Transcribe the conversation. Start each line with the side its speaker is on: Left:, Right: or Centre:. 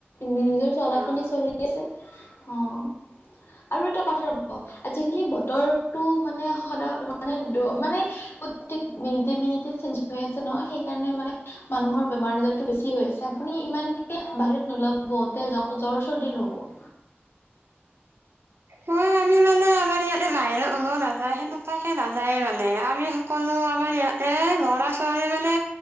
Left: নিজৰ চলা
Right: অ'।
Left: খিনি চলি আছে অ' আৰু এটা কথা ৰব আজিকালি বতৰটো মানে সদায় মানে মানে প্ৰতেক মিনিটে মিনিট চেঞ্জ হৈ আছে নহয় সেইকাৰণে মানে মানুহৰ বেমাৰ আজাৰতো বেছি হৈ আছে আপুনি ইমান বাহিৰত নোলাব তে জ জ্বৰ চৰ্দি হ'ব
Right: ম আমি মানে আমাৰ ইয়াতে বাহিৰ ওও নাযায় সেনেকুৱাকে নাজায় যায় মানে আমি সকলো আমাৰ ইয়াতে ল'ৰা ছোৱালী মানে